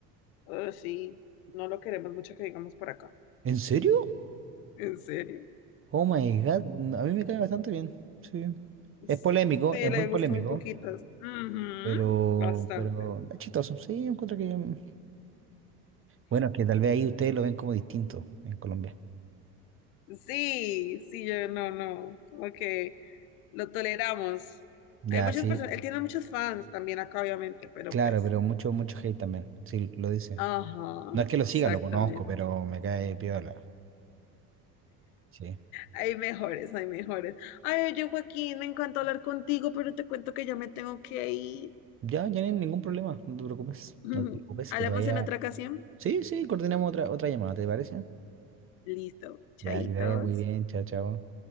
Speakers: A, on the left; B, on the right.
A: Oh, sí, no lo queremos mucho que digamos por acá.
B: ¿En serio?
A: En serio.
B: Oh my God, no, a mí me cae bastante bien. Sí. Es
A: Sí,
B: polémico, es
A: le
B: muy polémico,
A: gustó muy poquitas. Ujú.
B: pero,
A: Bastante.
B: pero es chistoso. Sí, yo encuentro que Bueno, que tal vez ahí ustedes lo ven como distinto en Colombia.
A: Sí, sí, yo no, no. Como que lo toleramos.
B: Ya,
A: Hay muchas
B: sí,
A: personas, él tiene muchos fans también acá, obviamente, pero
B: claro,
A: pues.
B: pero mucho, mucho hate también. Sí, lo dice.
A: Ajá,
B: No es que lo siga,
A: exactamente.
B: lo conozco, pero me cae piola. Sí.
A: Hay mejores, hay mejores. Ay, oye, Joaquín, me encanta hablar contigo, pero te cuento que ya me tengo que ir.
B: Ya, ya no hay ningún problema, no te preocupes.
A: <laughs>
B: No te preocupes,
A: Hablamos
B: que te vaya.
A: en otra ocasión.
B: Sí, sí, coordinamos otra, otra llamada, ¿te parece?
A: Listo. Chaitos.
B: Ya, que te vaya muy bien, chao, chao.